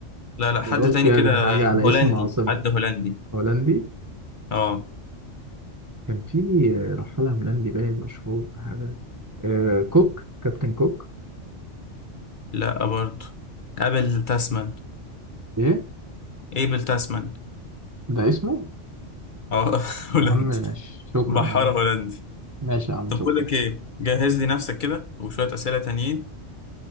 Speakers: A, on the left; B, on the right.
A: لا لا حد
B: قلت
A: تاني
B: يعني
A: كده
B: حاجه
A: هولندي
B: على اسم العاصمه
A: حد هولندي
B: هولندي
A: اه
B: كان في رحاله هولندي باين مشهور حاجه إيه كوك كابتن كوك
A: لا برضو ابل تاسمان
B: ايه
A: ايبل تاسمان
B: ده اسمه
A: اه <laughs> هولندي
B: يا عم ش- شكرا
A: بحارة
B: يا عم
A: هولندي
B: ماشي يا عم
A: طب
B: شكرا
A: بقول لك ايه جهز لي نفسك كده وشوية اسئلة تانيين